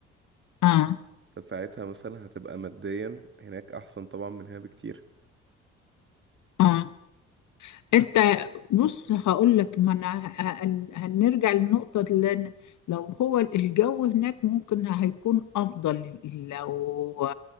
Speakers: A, on the left (about 55°); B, on the right (about 35°).
A: آه
B: فساعتها مثلا هتبقى ماديا هناك احسن طبعا من هنا بكتير
A: آه انت بص هقول لك ما انا ه- هن- هنرجع للنقطة اللي أنا- لو هو الجو هناك ممكن هيكون افضل لو